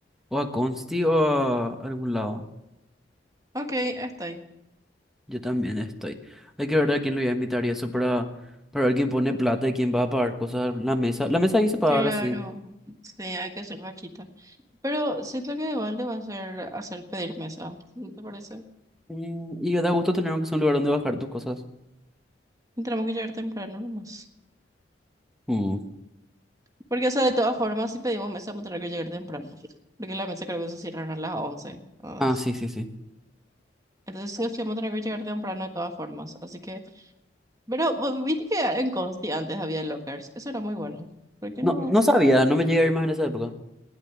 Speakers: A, in the centre; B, on the right (about 20°).
A: o a Consti o a algún lado.
B: Ok, ahí estoy.
A: Yo también estoy. Hay que ver a quién lo voy a invitar y eso para, para ver quién pone plata y quién va a pagar cosas. La mesa, la mesa ahí se paga
B: Claro.
A: ahora sí.
B: Sí, hay que hacer vaquita. Pero siento que de balde va a ser hacer pedir mesa, ¿no te parece?
A: Mm, Y da gusto tener aunque sea un lugar donde bajar tus cosas.
B: Y tenemos que llegar temprano nomás.
A: Mm.
B: Porque, o sea, de todas formas, si pedimos mesa, vamos a tener que llegar temprano. Porque la mesa creo que se cierran a las 11 nada
A: Ah,
B: más.
A: sí, sí, sí.
B: Entonces, sí, o sí, vamos a tener que llegar temprano de todas formas. Así que, pero vos viste que en Consti antes había lockers. Eso era muy bueno. ¿Por qué
A: No,
B: no?
A: no sabía, no me llegué a ir más en esa época.